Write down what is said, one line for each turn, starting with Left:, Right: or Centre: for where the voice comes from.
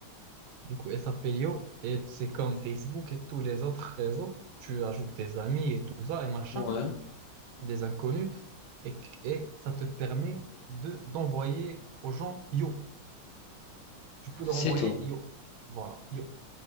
Right: Du coup, elle s'appelle Yo et c'est comme Facebook et tous les autres réseaux. Tu ajoutes tes amis et tout ça et machin,
Left: Ouais,
Right: des inconnus et, et ça te permet de d'envoyer aux gens Yo. Tu peux leur
Left: c'est
Right: envoyer
Left: tout.
Right: Yo. Voilà, Yo.